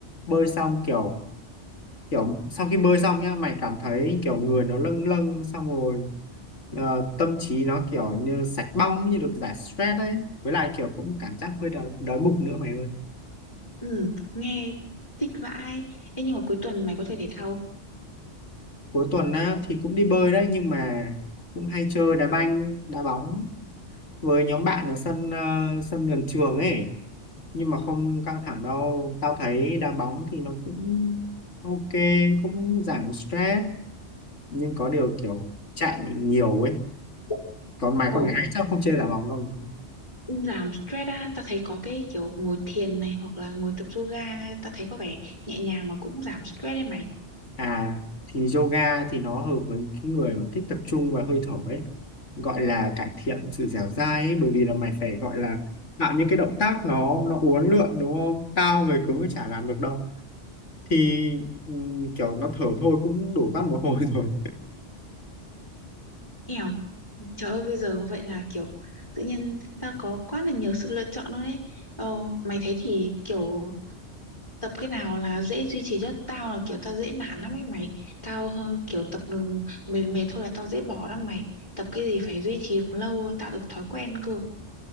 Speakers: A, on the left (about 80°); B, on the left (about 20°).
A: bơi xong kiểu kiểu sau khi bơi xong nhá mày cảm thấy kiểu người nó lâng lâng xong rồi ờ, tâm trí nó kiểu như sạch bong như được giải stress ấy với lại kiểu cũng cảm giác hơi đói, đói bụng nữa mày ơi
B: ừ, nghe thích vãi Ê, nhưng mà cuối tuần mày có chơi thể thao
A: cuối tuần á thì cũng đi bơi đấy nhưng mà cũng hay chơi đá banh đá bóng với nhóm bạn ở sân ờ, sân gần trường ấy nhưng mà không căng thẳng đâu tao thấy đá bóng thì nó cũng ok cũng giảm stress nhưng có điều kiểu chạy nhiều ấy
B: không?
A: còn mày
B: ồ
A: con gái chắc không chơi đá bóng đâu
B: Giảm stress á, ta thấy có cái kiểu ngồi thiền này hoặc là ngồi tập yoga, ta thấy có vẻ nhẹ nhàng mà cũng giảm stress đấy mày.
A: à thì yoga thì nó hợp với cái người mà thích tập trung và hơi thở ấy gọi là cải thiện sự dẻo dai ấy bởi vì là mày phải gọi là tạo những cái động tác nó nó uốn lượn đúng không tao người cứng thì chả làm được đâu thì ừm, kiểu nó thở thôi cũng đủ tắt một hồi <laughs> rồi
B: Eo, trời ơi bây giờ vậy là kiểu tự nhiên ta có quá là nhiều sự lựa chọn luôn đấy. Ờ, mày thấy thì kiểu tập cái nào là dễ duy trì nhất? Tao là kiểu tao dễ nản lắm ấy mày. Tao hơi kiểu tập đường mệt mệt thôi là tao dễ bỏ lắm mày. Tập cái gì phải duy trì lâu tạo được thói quen cơ.